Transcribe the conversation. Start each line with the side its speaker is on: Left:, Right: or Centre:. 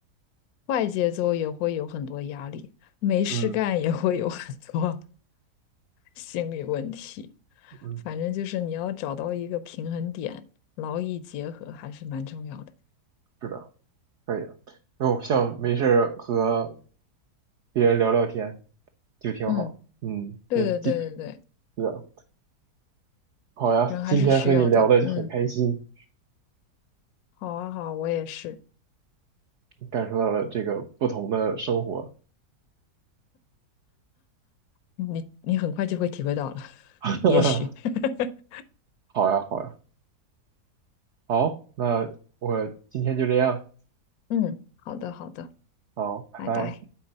Left: 快节奏也会有很多压力，没事干也会有很多
Right: 嗯
Left: <laughs> 心理问题。
Right: 嗯，
Left: 反正就是你要找到一个平衡点，劳逸结合还是蛮重要的。
Right: 是的，可以的，那我像没事儿和别人聊聊天。就挺好。
Left: 嗯，
Right: 嗯，
Left: 对对对对对，
Right: 那今是的，好呀，
Left: 人还是需要的。
Right: 今天和你聊的很开心，
Left: 嗯，好啊好，我也是。
Right: 感受到了这个不同的生活。
Left: 你你很快就会体会到了，<laughs>
Right: <laughs>
Left: 也许。<laughs>
Right: 好呀，好呀，好，那我今天就这样，
Left: 嗯，好的好的，
Right: 好，拜拜。
Left: 拜拜。